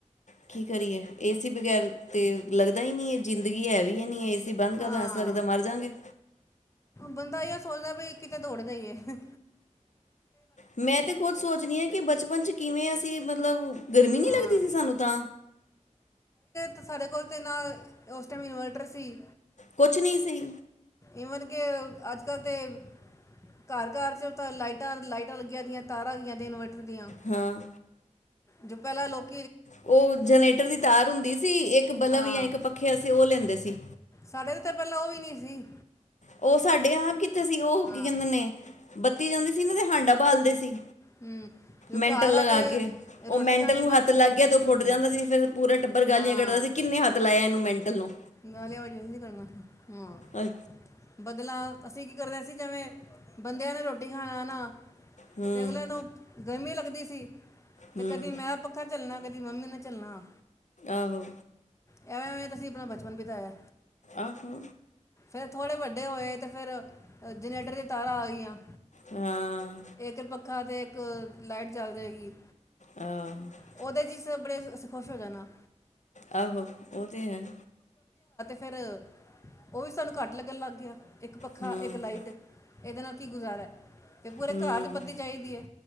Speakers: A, on the left; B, on the left.
A: ਕੀ ਕਰੀਏ ਇਸਏ ਸੀ ਬਗੈਰ ਤੇ ਲੱਗਦਾ ਹੀ ਨਹੀਂੀ ਹੈ ਜ਼ਿੰਦਗੀ ਹੈ ਵੀ ਹੈ ਨੀ ਅਸੀਂ ਬੰਦ ਕਰਦੋ
B: ਹਾਂ
A: ਐਸ ਲਦਾ ਮਰ ਜਾਗੇ
B: ਬੰਦਾ ਇਹ ਸੋਚਦਾ ਵੀ ਕਿਤੇ ਦੌੜਦਾ ਹੀ ਹੈ
A: ਮੈਂ ਤੇ ਖੁਦ ਸੋਚਣੀ ਹਾਂ ਕਿ ਬਚਪਨ ਚ ਕਿਵੇਂ ਅਸੀਂ ਮਤਲਬ ਗਰਮੀ ਨਹੀਂ
B: ਹਾਂ
A: ਲੱਗਦੀ ਸੀ ਸਾਨੂੰ ਤਾਂ
B: ਤਾਂ ਸਾਡੇ ਕੋਲ ਤਾਂ ਨਾ ਉਸ ਟਾਈਮ ਇਨਵਰਟਰ ਸੀ
A: ਕੁਛ ਨਹੀਂ ਸੀ
B: ਈਵਨ ਕਿ ਅੱਜ ਕੱਲ੍ਹ ਤਾਂ ਘਰ ਘਰ 'ਚ ਤਾਂ ਲਾਈਟਾਂ ਲਾਈਟਾਂ ਲੱਗੀਆਂਦੀਆਂ ਤਾਰਾਂ ਆ ਜਾਂਦੀਆਂ ਇਨਵਰਟਰ ਦੀਆਂ
A: ਹਾਂ
B: ਜੋ ਪਹਿਲਾਂ ਲੋਕ
A: ਉਹ ਜਨਰੇਟਰ ਦੀ ਤਾਰ ਹੁੰਦੀ ਸੀ ਇੱਕ ਬਲਬ
B: ਹਾਂ
A: ਜਾਂ ਇੱਕ ਪੱਖੇ ਸੀ ਉਹ ਲੈਂਦੇ ਸੀ
B: ਸਾਡੇ ਤੇ ਤਾਂ ਪਹਿਲਾਂ ਉਹ ਵੀ ਨੀ ਸੀ
A: ਉਹ ਸਾਡੇ ਆਪ ਕੀ ੇ ਸੀ ਉਹ ਹੋ ਕੀ
B: ਹਾਂ
A: ਕਹਿੰਦੇ ਨੇ ਬੱਤੀ ਜਾਂਦੀ ਸੀ ਨਾ ਤੇ ਹਾਂਡਾ ਬਾਲਦੇ ਸੀ
B: ਹੂੰ ਜਦੋਂ
A: ਮੈਂਟਲ
B: ਘਰ
A: ਲਗਾ
B: ਆ
A: ਕੇ ਉਹ
B: ਰੋਟੀ
A: ਮੈਂਟਲ
B: ਖਾਣੀ
A: ਨੂੰ
B: ਬ
A: ਹੱਥ ਲੱਗ ਗਿਆ ਤੇ ਉਹ ਫੁਟ
B: ਹੂੰ
A: ਜਾਂਦਾ ਸੀ ਫਿਰ ਪੂਰਾ ਟੱਬਰ ਗਾਲੀਆਂ
B: ਹਾਂ
A: ਕੱਢਦਾ ਸੀ ਕਿੰਨੇ ਹੱਥ ਲਾਇਆ ਇਹਨੂੰ ਮੈਂਟਲ ਨੂੰ
B: ਗਾਲੀਆਂ ਵਾਲੀ ਯੂਜ ਨਹੀਂ ਕਰਨਾ ਹਾਂ
A: ਅ
B: ਬਦਲਾ ਅਸੀਂ ਕਰਦਾ ਸੀ ਜਿਵੇਂ ਬੰਦਿਆਂ ਨੇ ਰੋਟੀ ਖਾਣਾ ਨਾ ਅਤੇ
A: ਹੂੰ
B: ਅਗਲ ਨੂੰ ਗਰਮੀ ਲੱਗਦੀ ਸੀ ਤੇ
A: ਹੂੰ
B: ਕਦੀ ਮੈਂ ਪੱਖਾ ਚੱਲਣਾ ਤੇਰੀ ਮੰਮੀ ਨੇ ਚੱਲਣਾ
A: ਆਹੋ
B: ਐਵੇਂ ਐਵੇਂ ਤਾਂਸੀਂ ਆਪਣਾ ਬਚਪਨ ਵੀ ਤਾਂ ਆਆ
A: ਆਹੋ
B: ਫਿਰ ਥੋੜ੍ਹੇ ਵੱਡੇ ਹੋਏ ਅਤੇ ਫਿਰ ਜਨਰੇਟਰ ਦੀਆਂ ਤਾਰਾਂ ਆ ਗਈਆਂ
A: ਹਾਂ
B: ਇਹਧ ਪੱਖਾ ਤੇ ਇੱਕ ਲਾਈਟ ਚੱਲ ਜਾਵੇਗੀ
A: ਆਹ
B: ਉਹਦੇ ਜ ਬੜੇ ਖੁਸ਼ ਹੋ ਜਾਣਾ
A: ਆਹੋ ਉਹ ਤੇ ਹੈ
B: ਫਰ ਉਹ ਵੀ ਸਾਨੂੰ ਘੱਟ ਲੱਗਣ ਲੱਗ ਗਿਆ ਇੱਕ ਪੱਖਾ
A: ਹੂੰ
B: ਇੱਕ ਲਾਈਟ ਇਹਦੇ ਨਾਲ ਕੀ ਗੁਜ਼ਾਰਾ ਫ ਪੂਰੇ
A: ਹੂੰ
B: ਘਰ ' ਬੱਤੀ ਚਾਹੀਦੀ ਹੈ